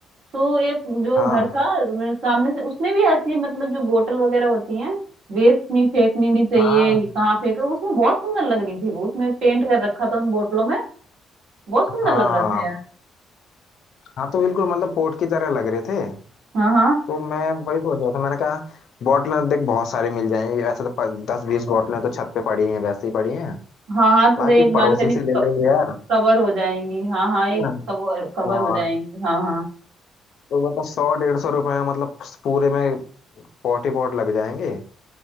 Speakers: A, on the right; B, on the left.
A: तो एक जो
B: हाँ
A: घर था मेरे सामने से उसने भी ऐसी मतलब जो बोतल वगैरह होती है वेस्ट नहीं फेंकनी नहीं चाहिए
B: हाँ
A: ये कहाँ फेंके उसमें बहुत सुंदर लग रही थी वो उसमें पेंट कर रखा था उन बोतलों में बहुत सुंदर
B: हाँ
A: लग रहा था यार
B: हाँ तो बिल्कुल मतलब पोर्ट की तरह लग रहे थे
A: हाँ हाँ
B: तो मैं वही सोच रहा था मैंने कहा बॉटलें देख बहुत सारी मिल जाएंगी वैसे तो प- दस बीस बॉटलें तो छत पे पड़ी हैं वैसे ही पड़ी हैं
A: हाँ हाँ तो
B: बाकी
A: वे एक बालकनी
B: पड़ोसी से ले
A: तो
B: लेंगे यार
A: कवर हो जाएंगी हाँ हाँ एक
B: है ना?
A: कवर कवर
B: और
A: हो जाएंगी हाँ हाँ
B: तो मतलब सौ डेढ़ सौ रुपए में मतलब पूरे में पॉट ही पॉट लग जाएंगे